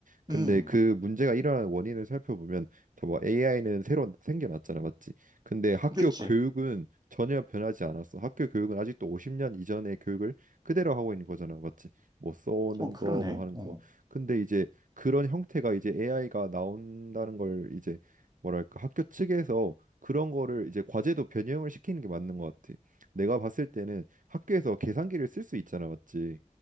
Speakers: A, on the right; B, on the right.
A: 근데
B: 음,
A: 그 문제가 일어나는 원인을 살펴보면 저뭐 AI는 새로 생겨났잖아, 맞지? 근데 학교
B: 그렇지.
A: 교육은 전혀 변하지 않았어. 학교 교육은 아직도 50년 이전의 교육을 그대로 하고 있는 거잖아, 맞지? 뭐 써오는
B: 어, 그러네.
A: 거, 뭐 하는
B: 어,
A: 거. 근데 이제 그런 형태가 이제 AI가 나온다는 걸 이제 뭐랄까 학교 측에서 그런 거를 이제 과제도 변형을 시키는 게 맞는 것 같아. 내가 봤을 때는 학교에서 계산기를 쓸 수 있잖아, 맞지?